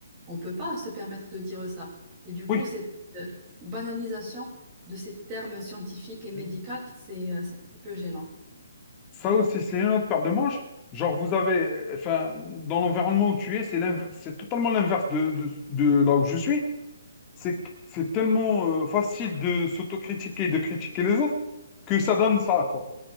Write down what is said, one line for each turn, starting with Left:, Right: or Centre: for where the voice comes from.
Right: on ne peut pas se permettre de dire ça. Et du coup,
Left: Oui.
Right: cette euh, banalisation de ces termes scientifiques et médicaux,
Left: Mm.
Right: c'est euh, c'est un petit peu gênant.
Left: Ça aussi, c'est une autre paire de manches. Genre, vous avez, euh, enfin, dans l'environnement où tu es, c'est l'inv- c'est totalement l'inverse de, de- de là où je suis. C'est que- c'est tellement euh, facile de s'autocritiquer, de critiquer les autres, que ça donne ça, quoi.